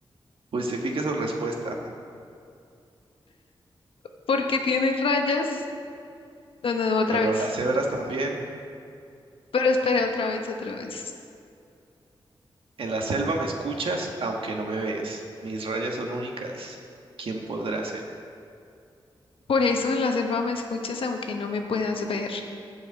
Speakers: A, on the right (about 80°); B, on the left (about 80°).
A: Justifique su respuesta.
B: Porque tiene rayas. No, no, no, otra
A: Pero
B: vez.
A: las cebras también.
B: Pero espere otra vez, otra vez.
A: En la selva me escuchas, aunque no me ves. Mis rayas son únicas. ¿Quién podrá ser?
B: Por eso en la selva me escuchas aunque no me puedas ver.